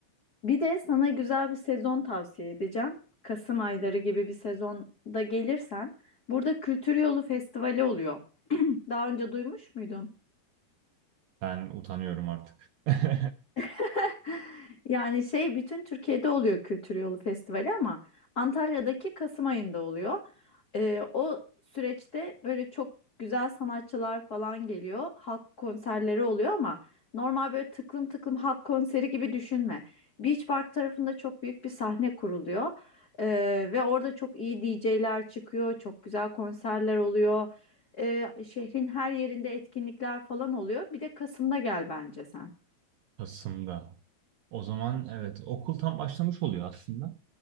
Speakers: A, on the left (about 55°); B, on the right (about 80°).
A: Bir de sana güzel bir sezon tavsiye edeceğim. Kasım ayları gibi bir sezonda gelirsen, burada Kültür Yolu Festivali oluyor. Daha önce duymuş muydun?
B: Ben utanıyorum artık. <laughs>
A: <laughs> Yani şey bütün Türkiye'de oluyor Kültür Yolu Festivali ama Antalya'daki Kasım ayında oluyor. Ee, o süreçte böyle çok güzel sanatçılar falan geliyor. Halk konserleri oluyor ama normal böyle tıklım tıklım halk konseri gibi düşünme. Beach Park tarafında çok büyük bir sahne kuruluyor. Ee, ve orada çok iyi DJ'ler çıkıyor. Çok güzel konserler oluyor. Ee, şehrin her yerinde etkinlikler falan oluyor. Bir de Kasım'da gel bence sen.
B: Kasım'da. O zaman evet okul tam başlamış oluyor aslında.